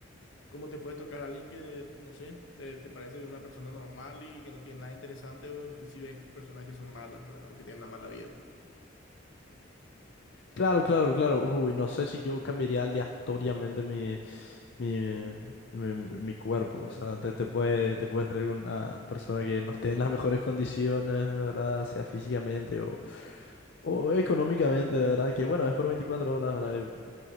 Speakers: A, on the left (about 75°); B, on the left (about 60°).
A: ¿Cómo te puede tocar a alguien que, no sé, te, te parece una persona normal y que no tiene nada interesante o inclusive personas que son malas, ¿verdad? O que tienen una mala vida.
B: claro, claro, claro. Uy, no sé si yo cambiaría aleatoriamente mi, mi, mi, mi cuerpo. O sea, te, te puede, te puede traer una persona que no esté en las mejores condiciones, ¿verdad? Sea físicamente o, o económicamente, ¿verdad? Que bueno, es por 24 horas, ¿verdad? Y